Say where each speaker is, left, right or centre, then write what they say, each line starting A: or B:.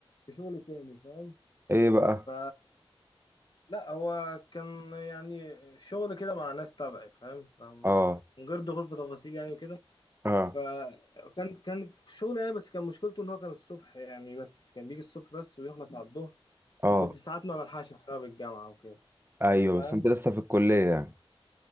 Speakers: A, on the left; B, on the right.
A: في شغل تاني فاهم
B: إيه بقى؟
A: ف لا هو كان يعني شغل كده مع ناس تبعي فاهم فما
B: آه
A: من غير دخول في تفاصيل يعني وكده
B: آه
A: فكان كان شغل يعني بس كان مشكلته ان هو كان الصبح يعني بس كان بيجي الصبح بس ويخلص على الظهر
B: آه
A: فكنت ساعات ما بلحقش بسبب الجامعة وكده
B: أيوه
A: فاهم
B: بس أنت لسه في الكلية يعني